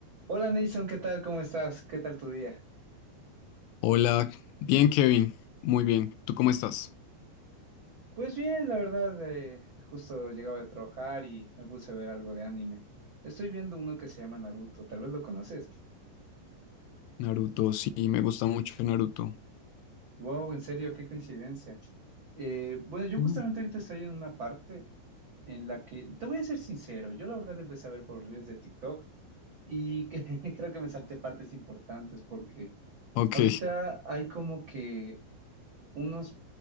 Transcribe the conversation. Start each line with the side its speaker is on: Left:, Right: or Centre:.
Right: Hola Nason, ¿qué tal? ¿Cómo estás? ¿Qué tal tu día?
Left: Hola, bien Kevin, muy bien. ¿Tú cómo estás?
Right: Pues bien, la verdad, eh, justo llegaba de trabajar y me puse a ver algo de anime. Estoy viendo uno que se llama Naruto, tal vez lo conoces.
Left: Naruto, sí, me gusta mucho Naruto.
Right: Wow, en serio, qué coincidencia. Eh, bueno, yo justamente
Left: Mm.
Right: ahorita estoy en una parte en la que, te voy a ser sincero, yo la verdad lo empecé a ver por reels de TikTok y que- <laughs> creo que me salté partes importantes porque
Left: Ok,
Right: ahorita hay como que unos